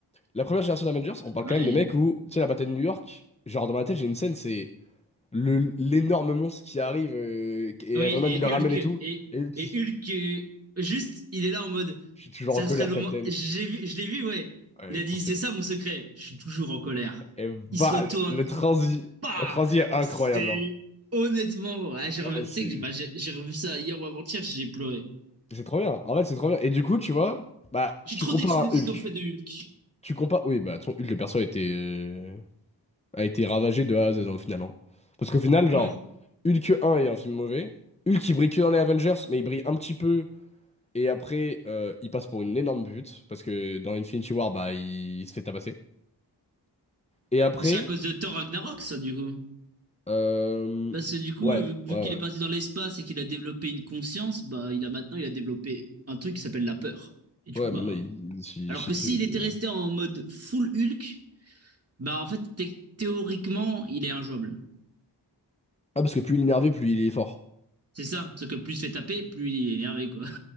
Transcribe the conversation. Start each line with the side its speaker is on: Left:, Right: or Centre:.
Left: La première génération d'Avengers, on parle
Right: Ouais.
Left: quand même de mecs où, tu sais, la bataille de New York, genre dans ma tête, j'ai une scène, c'est le- l'énorme monstre qui arrive euh, et
Right: Oui,
Left: Iron Man,
Right: et
Left: il le ramène
Right: Hulk.
Left: et tout.
Right: Et,
Left: Et Hulk,
Right: et
Left: il se-
Right: Hulk, euh, juste, il est là en mode.
Left: je suis toujours
Right: Ça
Left: en colère,
Right: serait le
Left: Captain.
Right: moment. J'ai vu, je l'ai vu, ouais.
Left: Ouais,
Right: Il
Left: c'est
Right: a dit,
Left: trop stylé.
Right: c'est ça mon secret. Je suis toujours en colère.
Left: Et bah,
Right: Il se retourne.
Left: le transi,
Right: Bah
Left: le transi est incroyable.
Right: C'est.
Left: hein.
Right: Honnêtement, ouais, j'ai revu...
Left: Ouais,
Right: tu
Left: c'est
Right: sais que bah, j'ai j'ai revu ça hier ou avant-hier, j'ai pleuré.
Left: c'est trop bien. En fait, c'est trop bien. Et du coup, tu vois, bah,
Right: Je suis
Left: tu
Right: trop
Left: compares
Right: déçu de ce
Left: un
Right: qu'ils
Left: Hulk.
Right: ont fait de Hulk.
Left: Tu compares. Oui, bah, ton Hulk, le perso était. euh, a été ravagé de A à Z au final. hein. Parce qu'au final, genre,
Right: Ouais.
Left: Hulk 1 est un film mauvais. Hulk, il brille que dans les Avengers, mais il brille un petit peu. Et après, euh, il passe pour une énorme pute. Parce que dans Infinity War, bah, il, il se fait tabasser. Et après,
Right: C'est à cause de Thor Ragnarok, ça, du coup.
Left: euh,
Right: Parce que du coup,
Left: ouais,
Right: vu vu
Left: ouais,
Right: qu'il
Left: ouais.
Right: est parti dans l'espace et qu'il a développé une conscience, bah il a maintenant il a développé un truc qui s'appelle la peur. Et du
Left: Ouais,
Right: coup, bah.
Left: maintenant, il, il s'y
Right: Alors
Left: chie
Right: que
Left: dessus.
Right: s'il
Left: Parce
Right: était
Left: que... euh.
Right: resté en mode full Hulk, bah en fait, thé- théoriquement, il est injouable.
Left: Ah, parce que plus il est énervé, plus il est fort.
Right: C'est ça, parce que plus il se fait taper, plus il est énervé, quoi. <laughs>